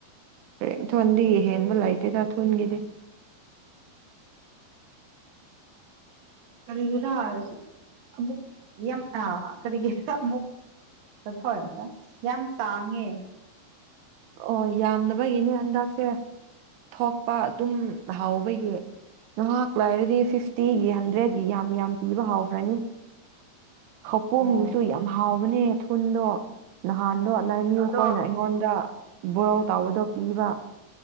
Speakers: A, on the right; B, on the right.
A: ꯍꯔꯦꯟ ꯊꯣꯟꯗꯤ ꯍꯦꯟꯕ ꯂꯩꯇꯦꯗ ꯊꯨꯟꯒꯤꯗꯤ
B: ꯀꯔꯤꯒꯤꯔꯥ ꯑꯃꯨꯛ ꯌꯥꯝ ꯀꯔꯤꯒꯤꯔꯥ ꯑꯃꯨꯛ ꯆꯠꯊ ꯌꯥꯝ ꯇꯥꯡꯉꯦ
A: ꯑꯣ ꯌꯥꯝꯗꯕꯒꯤꯅꯦ ꯍꯟꯗꯛꯁꯦ ꯊꯣꯛꯄ ꯑꯗꯨꯝ ꯍꯥꯎꯕꯒꯤ ꯉꯍꯥꯛ ꯥꯏꯔꯗꯤ ꯐꯤꯐꯇꯤꯒꯤ ꯍꯟꯗ꯭ꯔꯦꯗꯀꯤ ꯌꯥꯝ ꯌꯥꯝ ꯄꯤꯕ ꯍꯧꯥꯎꯈ꯭ꯔꯅꯤ ꯈꯧꯄꯨꯝꯗꯨꯁꯨ
B: ꯑꯣ
A: ꯌꯥꯝ ꯍꯥꯎꯕꯅꯦ ꯊꯨꯟꯗꯣ ꯅꯍꯥꯟꯗꯣ ꯅꯤꯌꯨꯈꯣꯏꯅ
B: ꯑꯗꯣ
A: ꯑꯩꯉꯣꯟꯗ ꯕꯣꯏꯜ ꯇꯧꯕꯗꯣ ꯄꯤꯕ